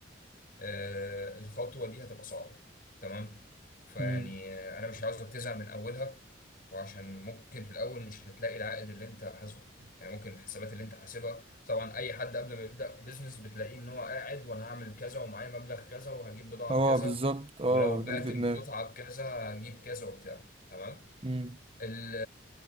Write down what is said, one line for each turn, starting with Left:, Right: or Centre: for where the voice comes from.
Left: آه الخطوه دي هتبقى صعبه تمام فيعني
Right: مم.
Left: آه، انا مش عاوزك تزهق من اولها وعشان ممكن في الاول مش هتلاقي العائد اللي انت حاسبه يعني ممكن الحسابات اللي انت حاسبها طبعا اي حد قبل ما يبدا بيزنس بتلاقيه ان هو قاعد وانا هعمل كذا ومعايا مبلغ كذا وهجيب بضاعه
Right: اه
Left: بكذا
Right: بالظبط اه
Left: ولو بعت
Right: ده اللي في
Left: القطعة
Right: دماغي
Left: بكذا هجيب كذا وبتاع تمام
Right: مم.
Left: ال-